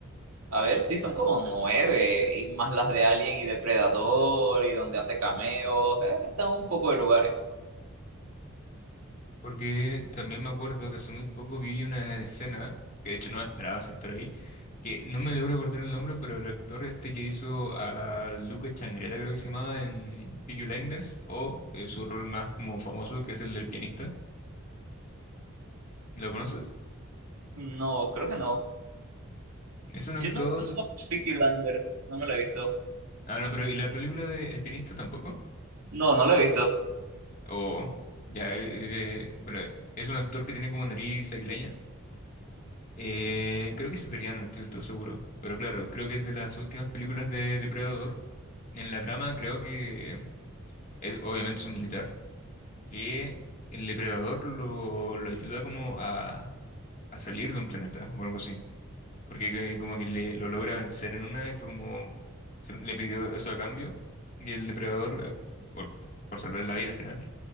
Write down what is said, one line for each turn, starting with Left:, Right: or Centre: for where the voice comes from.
Right: A ver, sí, son como nueve y más las de Alien y Depredador y donde hace cameos. eh, están un poco de lugares.
Left: Porque también me acuerdo que hace muy poco vi una escena, que de hecho no me esperaba ese actor ahí, que no me logro acordar el nombre, pero el actor este que hizo a Lucas Changreta, creo que se llamaba en Peaky Blinders, o eh, su rol más como famoso, que es el del pianista. ¿Lo conoces?
Right: No, creo que no.
Left: Es un
Right: Yo
Left: actor.
Right: no he visto Peaky Blinders, no me la he visto.
Left: Ah, no, pero ¿y la película de El pianista tampoco?
Right: No, no la he visto.
Left: O. ya, eh, eh, pero es un actor que tiene como nariz aguileña. Eh, creo que es italiano, no estoy del todo seguro. Pero claro, creo que es de las últimas películas de Depredador En la trama creo que eh, obviamente es un militar, que el depredador lo, lo ayuda como a, a salir de un planeta o algo así, porque que- como que le, lo logra vencer en una y fue como, se- le pidió eso a cambio y el depredador, a- por, por salvar la vida al final,